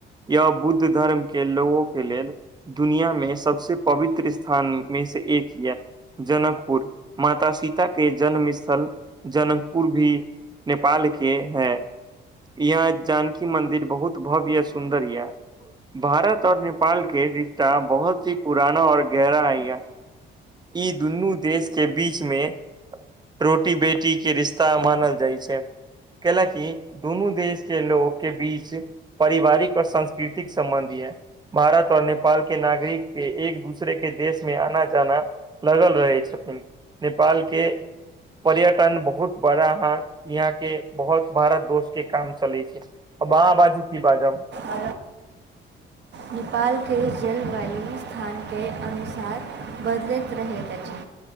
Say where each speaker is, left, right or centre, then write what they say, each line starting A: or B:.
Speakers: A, on the right (about 20°); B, on the right (about 60°).
A: यह बुद्ध धर्म के लोगों के लेल दुनियामे सबसे पवित्र स्थान मे से एक ये। जनकपुर, माता सीता के जन्म स्थल जनकपुर भी नेपाल के हैं। यहां जानकी मंदिर बहुत भव्य या सुदर ये। भारत और नेपाल के रिश्ता बहुत ही पुराना और गहरा हइ या। ई दुनू देश के बीच मे रोटी बेटी के रिश्ता मानल जाइ छै। कैलाकी दुनू देश के लोग के बीच पारिवारिक आ सांस्कृतिक संबन्ध ये। भारत और नेपाल के नागरिक के एक दूसरे के देश मे आना जाना लागल रहै छथिन, नेपाल के पर्यटन बहुत बड़ा हन, यहाँ के बहुत बारा दोष के काम चलै छै। आब अहां बाजू की बाजब।
B: <unintelligible> नेपालके जलवायु स्थानके अनुसार बदलैत रहैत अछि।